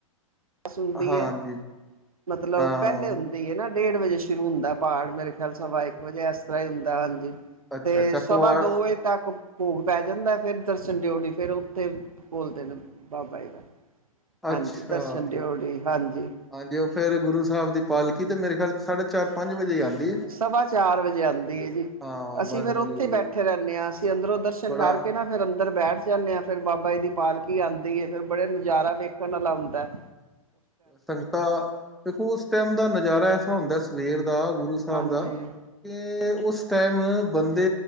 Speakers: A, on the right; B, in the centre.
A: ਅਰਦਾਸ ਹੁੰਦੀ
B: ਹਾਂਜੀ
A: ਹੈ, ਮਤਲਬ
B: ਹਾਂ
A: ਪਹਿਲਾਂ ਹੁੰਦੀ ਹੈ ਨਾ। ਡੇਢ ਵਜੇ ਪਹਿਰਾ ਸ਼ੁਰੂ ਹੁੰਦਾ ਹੈ। ਇਕ ਵਜ਼ੇ ਸਵਾ, ਇੱਕ ਵਜੇ ਇਸ ਤਰ੍ਹਾਂ ਹੀ ਹੁੰਦਾ। ਹਾਂਜੀ,
B: ਅੱਛਾ
A: ਤੇ
B: ਅੱਛਾ ਕੁਵਾੜ
A: ਸਵਾ ਦੋ ਵਜੇ, ਤੱਕ ਭੋਗ ਪੈ ਜਾਂਦਾ, ਫੇਿਰ ਦਰਸ਼ਨ ਡਿਓੜੀ, ਫੇਿਰ ਉੱਥੇ ਬੋਲਦੇ ਨੇ। ਬਾਬਾ ਜੀ ਦਾ
B: ਅੱਛਾ,
A: ਹਾਂਜੀ ਦਰਸ਼ਨ ਡਿਓੜੀ
B: ਠੀਕ ਹੈ, ਠੀਕ
A: ਹਾਂਜੀ
B: ਹੈ ਜੀ। ਹਾਂਜੀ, ਫਿਰ ਗੁਰੂ ਸਾਹਿਬ ਜੀ ਦੀ ਪਾਲਕੀ, ਮੇਰੇ ਖ਼ਿਆਲ 'ਚ, ਸਾਢੇ ਚਾਰ ਵਜੇ ਹੁੰਦੀ ਹੈ। ਪੰਜ ਵਜੇ ਆਉਂਦੀ ਹੈ।
A: ਸਵਾ ਚਾਰ ਵਜੇ ਆਉਂਦੀ ਹੈ ਜੀ।
B: ਹਾਂ
A: ਅਸੀਂ
B: ਬਸ
A: ਫਿਰ
B: ਉਹੀਓ
A: ਉੱਥੇ
B: ਉਹੀਓ
A: ਬੈਠੇ ਰਹਿੰਦੇ ਹਾਂ। ਅਸੀਂ ਅੰਦਰੋਂ ਦਰਸ਼ਨ
B: ਬੜਾ
A: ਕਰਕੇ ਆਉਂਦੇ ਹਾਂ ਨਾ। ਫਿਰ ਅੰਦਰ ਬੈਠ ਜਾਂਦੇ ਹਾਂ। ਫਿਰ ਬਾਬਾ ਜੀ ਦੀ ਪਾਲਕੀ ਆਉਂਦੀ ਹੈ। ਫਿਰ ਬਹੁਤ ਸੋਹਣਾ ਨਜ਼ਾਰਾ ਵੇਖਣ ਨੂੰ ਮਿਲਦਾ ਹੈ।
B: ਸੰਗਤਾਂ ਨੂੰ ਦੇਖੋ, ਉਸ ਵੇਲੇ ਸਵੇਰ ਦਾ ਨਜ਼ਾਰਾ ਬਹੁਤ ਸੋਹਣਾ ਹੁੰਦਾ ਹੈ। ਹਿਸਾਬ
A: ਹਾਂਜੀ,
B: ਦਾ ਕਿ ਉਸ ਟਾਈਮ ਬੰਦੇ